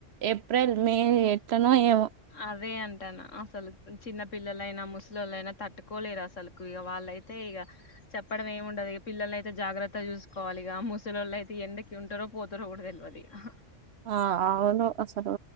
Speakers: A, on the right; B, on the left.
A: ఏప్రిల్ మే ఏమో
B: అదే అంత అంట అసలు చిన్న పిల్లలైనా ముసలిళ్ళైనా తట్టుకోలేరు అసలులకు ఇక వాళ్ళైతే ఇక చెప్పడం ఏమి ఉండదుక పిల్లల అయితే జాగ్రత్త చూసుకోవాలి ఇక ముసలిళ్ళ అయితే ఎండకి ఉంటారో పోతారో కూడా తెలియదుక
A: ఆ అవును అసలు